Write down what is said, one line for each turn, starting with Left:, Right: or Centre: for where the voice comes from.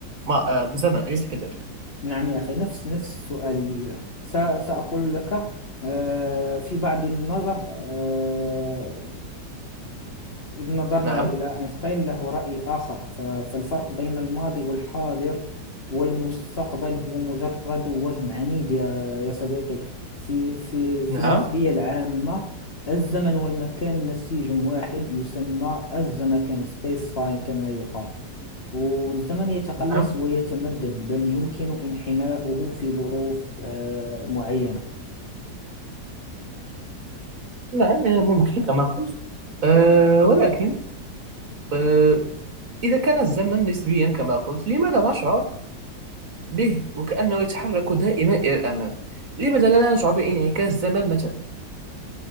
Right: ما- أه، زمن أليس كذلك؟
Left: نعم يا أخي نفس نفس السؤال س- سأقول لك آه، في بعض النظر آه، إذ نظرنا
Right: نعم
Left: إلى أينشتاين له رأي آخر ف- فالفرق بين الماضي والحاضر والمستقبل هو مجرد وهم عنيد يا يا صديقي في في في
Right: نعم
Left: النسبية العامة الزمن والمكان نسيج واحد يسمى الزمكان سبيس تايم كما يقال والزمن يتقلص
Right: نعم
Left: ويتمدد بل يمكن انحناؤه في ظروف آه، معينة
Right: نعم ممكن كما قلت أه ولكن أه إذا كان الزمن نسبيا كما قلت لماذا نشعر به وكأنه يتحرك دائما إلى الأمام لماذا لا نشعر بانعكاس الزمن مثلا